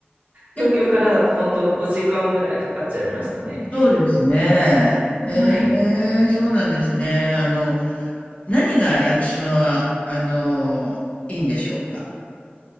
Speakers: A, on the left (about 35°); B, on the right (about 50°).
A: 結構、
B: 東京からだと本当5時間ぐらいかかっちゃいましたね。
A: そうですね。
B: はい。
A: ええーそうなんですね。あの、何が屋久島は、あのいいんでしょうか。